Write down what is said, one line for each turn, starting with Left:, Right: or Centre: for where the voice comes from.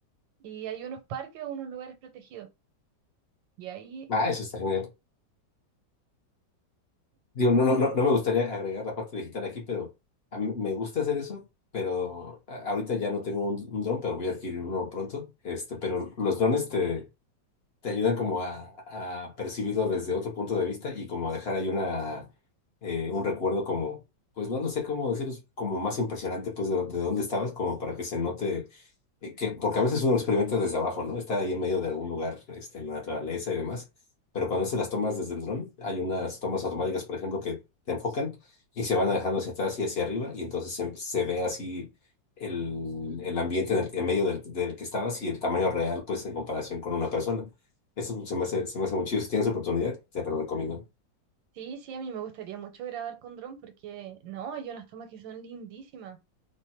Right: y hay unos parques o unos lugares protegidos. Y ahí,
Left: Ah, eso está genial. Digo, no, no, no, no me gustaría agregar la parte digital aquí, pero a mí me gusta hacer eso, pero a- ahorita ya no tengo un, un dron, pero voy a adquirir uno pronto. Este, pero los drones te, te ayudan como a, a percibirlo desde otro punto de vista y como a dejar ahí una, eh, un recuerdo como, pues no lo sé cómo decirlo, como más impresionante pues de, de dónde estabas, como para que se note, eh, que, porque a veces uno lo experimenta desde abajo, ¿no? Está ahí en medio de algún lugar, este, en la naturaleza y demás, pero cuando se las tomas desde el dron, hay unas tomas automáticas, por ejemplo, que te enfocan y se van alejando hacia atrás y hacia arriba y entonces se, se ve así. El, el ambiente en, el, en medio del, del que estabas y el tamaño real, pues en comparación con una persona. Eso se me hace, se me hace muy chido. Si tienes oportunidad, te lo recomiendo.
Right: sí, sí, a mí me gustaría mucho grabar con dron porque, no, hay unas tomas que son lindísimas